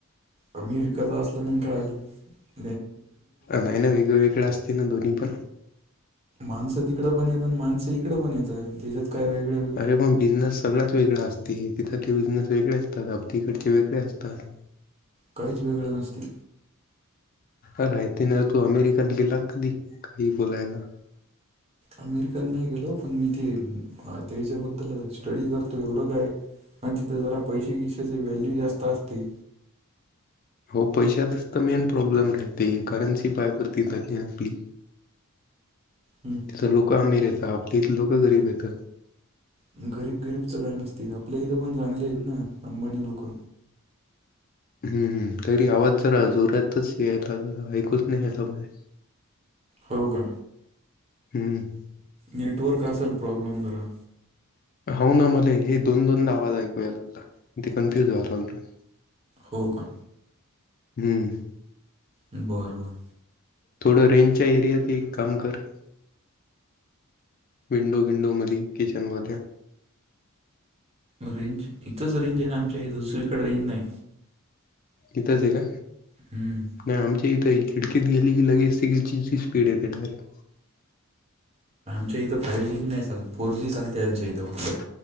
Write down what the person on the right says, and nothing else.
अमेरिकाचा असलं मग काय झालं
माणसं तिकडं पण येत आणि माणसं इकड पण येत त्याच्यात काय वेगळं वेगळं
काहीच वेगळं नसते.
अमेरिकन नाही गेलो पण मी ते त्याच्याबद्दल स्टडी करतो एवढं काय. आणि तिथे जरा पैसे किशेचे व्हॅल्यू जास्त असते.
हं.
आणि गरीब गरीबच काय नसतं. इथं पण लोक चांगले आहेत ना अंबानी लोक.
हो का
नेटवर्क असेल. प्रॉब्लेम जरा
हो का.
बर बर
रेंज, इथंच रेंज हे ना आमच्या आहे दुसरीकडे रेंज नाही.
हम्म
आमच्या इथ फायव जी नाही, फोर जी चालते आम इथ.